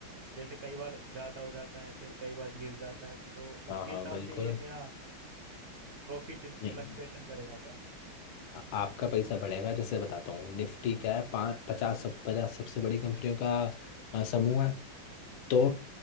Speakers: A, on the right (about 65°); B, on the left (about 75°).
A: जैसे कई बार ज्यादा हो जाता है फिर कई बार गिर जाता है तो
B: हाँ
A: उसके
B: हाँ
A: हिसाब
B: बिल्कुल
A: से ये मेरा प्रॉफिट
B: नहीं
A: फ्लक्चुएशन करेगा क्या
B: आ- आपका पैसा बढ़ेगा जैसे बताता हूँ निफ्टी क्या है पाँच पचास सब पचास सबसे बड़ी कंपनियों का आ, समूह है तो